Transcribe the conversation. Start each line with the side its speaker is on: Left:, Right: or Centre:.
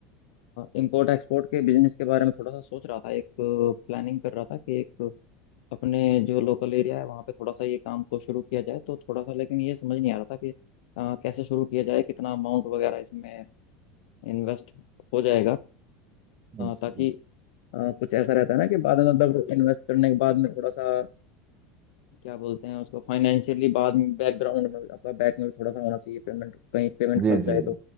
Left: इंपोर्ट एक्सपोर्ट के बिजनेस के बारे में थोड़ा सा सोच रहा था एक प्लानिंग कर रहा था कि एक अपने जो लोकल एरिया है वहाँ पे थोड़ा सा ये काम को शुरू किया जाए तो थोड़ा सा लेकिन ये समझ नहीं आ रहा था कि अ, कैसे शुरू किया जाए कितना अमाउंट वगैरह इसमें इन्वेस्ट हो जाएगा अ,
Right: जी
Left: ताकि अ, कुछ ऐसा रहता है ना कि बाद में मतलब इन्वेस्ट करने के बाद में थोड़ा सा क्या बोलते हैं उसको फाइनेंशियली बाद में बैकग्राउंड में आपका बैक में भी थोड़ा सा होना चाहिए पेमेंट कहीं पेमेंट
Right: जी
Left: फंस जाए
Right: जी
Left: तो